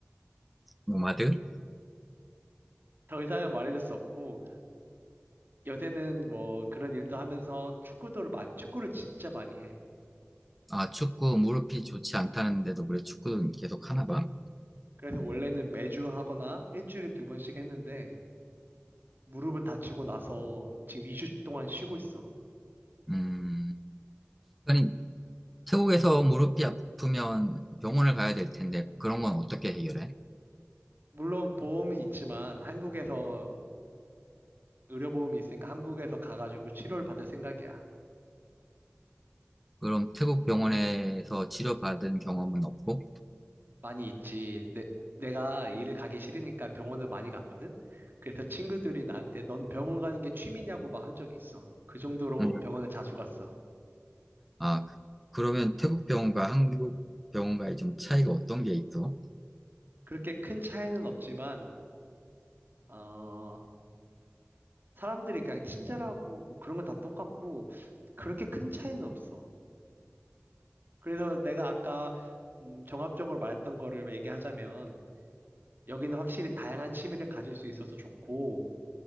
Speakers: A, in the centre; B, on the right (about 55°).
A: 노마드?
B: 더 이상은 말해줄 수 없고 요새는 뭐 그런 일도 하면서 축구도를, 마- 축구를 진짜 많이 해.
A: 아, 축구 무릎이 좋지 않다는데도 그래 축구는 계속 하나 봐?
B: 그래서 원래는 매주 하거나 일주일에 두 번씩 했는데 무릎을 다치고 나서 지금 2주 동안 쉬고 있어.
A: 음, 아니, 태국에서 무릎이 아프면 병원을 가야 될 텐데, 그런 건 어떻게 해결해?
B: 물론 보험이 있지만 한국에서 의료보험이 있으니까 한국에서 가가지고 치료를 받을 생각이야.
A: 그럼 태국 병원에서 치료받은 경험은 없고?
B: 많이 있지. 내, 내가 일을 가기 싫으니까 병원을 많이 갔거든. 그래서 친구들이 나한테 넌 병원 가는 게 취미냐고 막 한 적이 있어. 그 정도로
A: 음,
B: 병원을 자주 갔어.
A: 아, 그러면 태국 병원과 한국 병원과의 좀 차이가 어떤 게 있어?
B: 그렇게 큰 차이는 없지만 어, 사람들이 그냥 친절하고 뭐 그런 건 다 똑같고 그렇게 큰 차이는 없어. 그래서 내가 아까 음, 종합적으로 말했던 거를 얘기하자면 여기는 확실히 다양한 취미를 가질 수 있어서 좋고